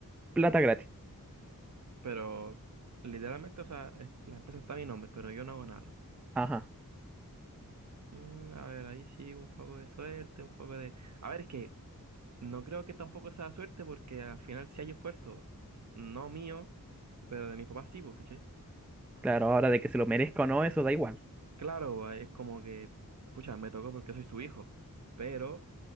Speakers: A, in the centre; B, on the right (about 50°).
A: plata gratis.
B: Pero literalmente, o sea, es- la empresa está a mi nombre, pero yo no hago nada.
A: Ajá.
B: Mm, a ver, ahí sí, un poco de suerte, un poco de... A ver, es que no creo que tampoco sea suerte porque al final sí hay esfuerzo, no mío, pero de mis papás sí, pues, ¿cachai?
A: Claro, ahora de que se lo merezca o no, eso da igual.
B: Claro, es como que, pucha, me tocó porque soy su hijo, pero